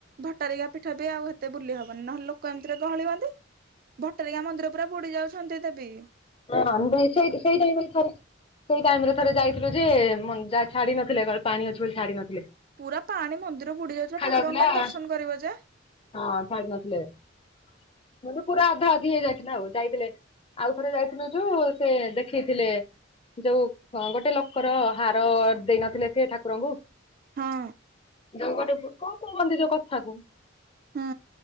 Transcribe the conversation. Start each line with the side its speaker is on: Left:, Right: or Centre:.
Right: ଭଟାରି ଗାଁ ପୀଠ ବି ଆଉ ଏ ଏତେ ବୁଲି ହବନି ନହେଲେ ଲୋକ ଏମିତିରେ ଗହଳି ହୁଅନ୍ତି। ଭଟାରୀ ଗାଁ ମନ୍ଦିର ପୁରା ବୁଡି ଯାଉଛନ୍ତି ଦେବି।
Left: ହଁ ବି ସେଇ ଟି ସେଇ ଟାଇମ୍ ରେ ଥରେ ସେଇ ଟାଇମ୍ ରେ ଥରେ ଯାଇଥିଲୁ ଯେ ମନ ଯା ଛାଡି ନଥିଲେ ଗଇଲେ ପାଣି ଅଛି ବୋଲି ଛାଡି ନ
Right: ପୁରା ପାଣି ମନ୍ଦିର ବୁଡି ଯାଉଛି ଵା ଠାକୁରଙ୍କୁ
Left: ଯାଉଥିଲା
Right: କେମିତି
Left: ହଁ
Right: ଦର୍ଶନ କରିବ ଯେ।
Left: ମାନେ ପୁରା ଅଧା ଅଧି ହେଇଯାଇଥିଲା ଆଉ ଯାଇଥିଲେ ଆଉ ଥରେ ଯାଇଥିନୁ ଯୋଉ ସେ ଦେଖେଇଥିଲେ ଯୋଉ ଅଁ ଗୋଟେ ଲୋକର ହାର ଦେଇନଥିଲେ ସେ ଠାକୁରଙ୍କୁ
Right: ହଁ
Left: ଯୋଉ ଗୋଟେ ବୁ କଁ କୁହନ୍ତି ଯୋଉ କଥାକୁ।
Right: ହୁଁ